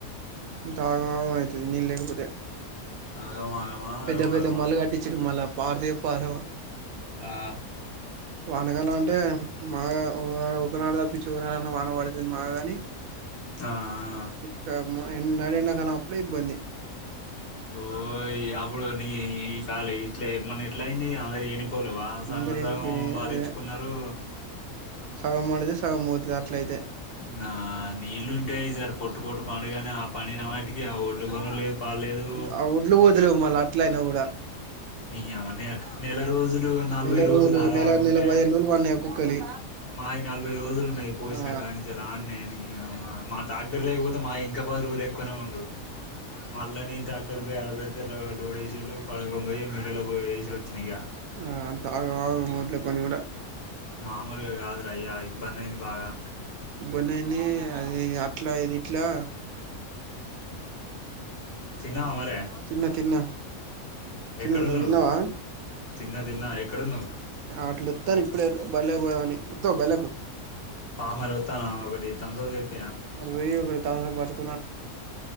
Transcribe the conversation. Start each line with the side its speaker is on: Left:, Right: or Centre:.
Right: ఇంత ఆగమాగం అయితది నీళ్ళు లేకపోతే
Left: అగమా ఆగమా
Right: పెద్ద
Left: అగగమా
Right: పెద్ద మళ్ళు కట్టించిరు మళ్ళా పారతాయో పారవో
Left: ఆ
Right: వానకాలం అంటే మాగా ఒకనాడు తప్పించు ఒకనాడున్న వాన పడుతుంది మాగా గాని
Left: త
Right: ఇ నండా కాలం అప్పుడే ఇబ్బంది
Left: పో అప్పుడు నీ ఈ కాాల ఇట్లా మొన్న ఎట్లయింది అందరి ఏ పోలే బా సగం
Right: అందరు
Left: సగం
Right: ఎండిపోయిన
Left: బారేచ్చుకున్నారు
Right: సగం మనది సగం పోతది అట్లయితే
Left: నా ఇల్లు ఉంటె జారు పట్ తటు పాాడుగానే ఆ పండినవాటి ఇ ఒడ్డ్లు కొను లేదు పాలలేదు
Right: ఆ ఒడ్లు పోతలేవు మళ్ళీ అట్లయినా కూడా
Left: నమ నెల రోజులు నలభై
Right: నెల
Left: రోజులుార
Right: రోజులు నెల
Left: ఉంటే
Right: నెల పదిహేను రోజులు పన్నాయి కుక్కలి
Left: మావి నలభై రోజులు ఉన్నయి పోశినా
Right: ఆ
Left: కానీ నుంచెలి ఆడ్నే నీ అవ్వా మా ట్రాక్టర్ లేకపోతె తే మా ఇంకా పది రోజులు ఎక్కువనే ఉండూ మళ్ళ నేన్ ట్రాక్ క్టర్ పోయి ఆడ పెడితే లో లోడ్ ఏశిన్లు పడకం పోయి మిల్లులో పొయి ఏశొచ్ చ్చినిగా
Right: ఆ అంత ఆగం ఆగం
Left: ఆ
Right: ఒడ్ల పని కూడా
Left: మాములుగా గాదు ఇగా ఇబ్బంది అయింది బాగా
Right: ఇబ్బంది అయ్యిందీ అది ఇగా అట్లా ఇది ఇట్లా.
Left: తిన్నవా మరే
Right: తిన్నా తిన్నా తిన్
Left: ఎక్కడున్నవ్వు
Right: నువ్వు తిన్నావా
Left: తిన్న తిన్నా ఎక్కడున్నవ్వు.
Right: అట్లు వత్తాను ఇప్పుడే బళ్ళకి పోదామని వత్తవా బళ్ళకు
Left: పామరి వత్తానా ఒకటి థంబ్స్ అప్ తెప్
Right: రేయ్ ఒకటి థంబ్స్ అప్ బాటిల్